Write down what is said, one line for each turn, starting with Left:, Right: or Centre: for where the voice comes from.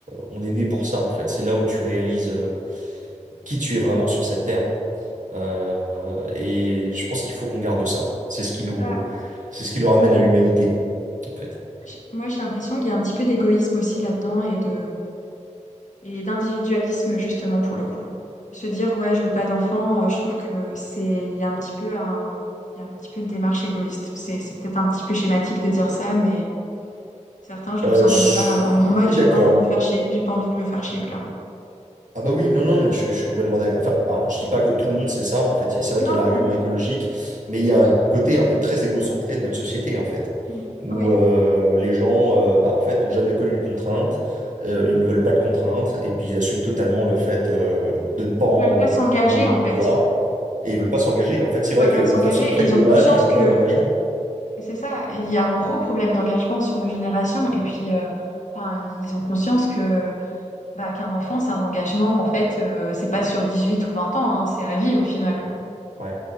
Right: on est né pour ça, en fait. C'est là où tu réalises euh, qui tu es vraiment sur cette terre. Euh, euh, et je pense qu'il faut qu'on garde ça. C'est ce qui nous,
Left: Bah,
Right: c'est ce qui nous ramène à l'humanité, en fait.
Left: j- Moi, j'ai l'impression qu'il y a un petit peu d'égoïsme aussi là-dedans et de, et d'individualisme justement pour le coup. Se dire, ouais, je veux pas d'enfant, euh, je trouve que c'est, il y a un petit peu un, il y a un petit peu une démarche égoïste. C'est, c'est peut-être un petit peu schématique de dire ça, mais certains, je le
Right: Euh,
Left: ressens
Right: je
Left: comme
Right: suis
Left: ça, en, en mode, j'ai
Right: d'accord.
Left: pas envie de me faire chier, j'ai pas envie de me faire chier, clairement.
Right: Ah bah oui, non, non, mais je, je suis complètement d'accord. Enfin, alors, je dis pas que tout le monde sait ça, en fait. Il y a- C'est vrai qu'il
Left: Non,
Right: y a l'argument
Left: non,
Right: écologique, mais il y a un côté un peu très égocentré de notre société, en fait,
Left: mm,
Right: où
Left: ouais,
Right: euh, les gens, euh, bah, en fait, n'ont jamais connu de contraintes, euh, ils ne veulent pas de contraintes, et puis ils assument totalement le fait euh, de ne pas
Left: ils
Right: en,
Left: veulent pas s'engager
Right: en
Left: en fait.
Right: vouloir, et ils veulent pas s'engager. En fait, c'est
Left: ils veulent
Right: vrai que
Left: pas s'engager
Right: de façon très
Left: et ils
Right: globale,
Left: ont conscience
Right: il y a un
Left: que
Right: problème d'engagement.
Left: et c'est ça, il y a un gros problème d'engagement sur nos générations et puis euh, enfin ils ont conscience que bah qu'un enfant c'est un engagement en fait euh, c'est pas sur 18 ou 20 ans hein, c'est à vie au final.
Right: Ouais,